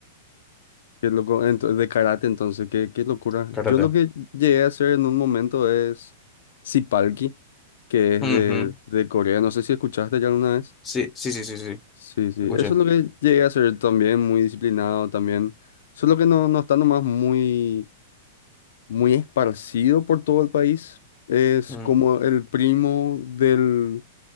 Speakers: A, on the left; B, on the left.
A: que es loco, ento- de karate, entonces, qué, qué locura.
B: Karate.
A: Yo lo que llegué a hacer en un momento es Sipalki, que es
B: Ujú.
A: de, de Corea, no sé si escuchaste ya alguna vez.
B: Sí, sí, sí, sí, sí.
A: Sí, sí,
B: Escuché.
A: eso es lo que llegué a hacer también, muy disciplinado también, solo que no, no está nomás muy muy esparcido por todo el país. Es
B: Mm,
A: como el primo del,